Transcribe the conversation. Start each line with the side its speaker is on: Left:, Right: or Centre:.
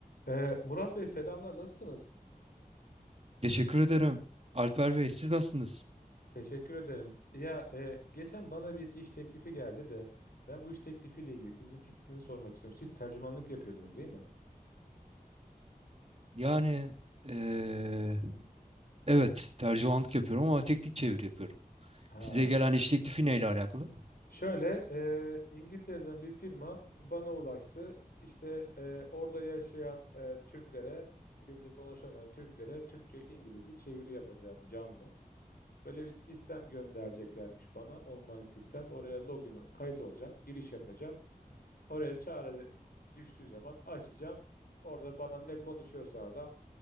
Left: Ee, Murat Bey selamlar nasılsınız?
Right: Teşekkür ederim. Alper Bey, siz nasılsınız?
Left: Teşekkür ederim. Ya e, geçen bana bir iş teklifi geldi de ben bu iş teklifiyle ilgili sizin fikrinizi sormak istiyorum. Siz tercümanlık yapıyordunuz değil mi?
Right: Yani eee, evet tercümanlık yapıyorum ama teknik çeviri yapıyorum.
Left: Ha.
Right: Size gelen iş teklifi neyle alakalı?
Left: Şöyle e, İngiltere'den bir firma bana ulaştı. İşte e, orada yaşayan e, Türklere, İngilizce konuşamayan Türklere Türkçe İngilizce çeviri yapacağım canlı. Böyle bir sistem göndereceklermiş bana online sistem. Oraya login kayıt olacağım, giriş yapacağım. Oraya çağrı düştüğü zaman açacağım. Orada bana ne konuşuyorsa adam